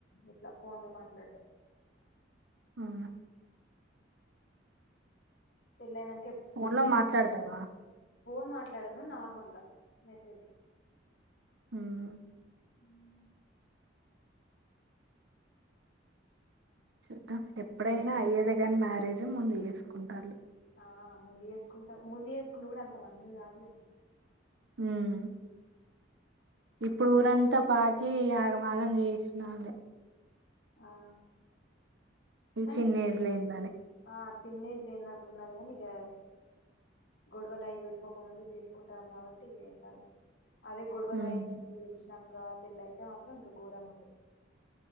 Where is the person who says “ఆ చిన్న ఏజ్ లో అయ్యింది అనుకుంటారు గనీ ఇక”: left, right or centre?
Left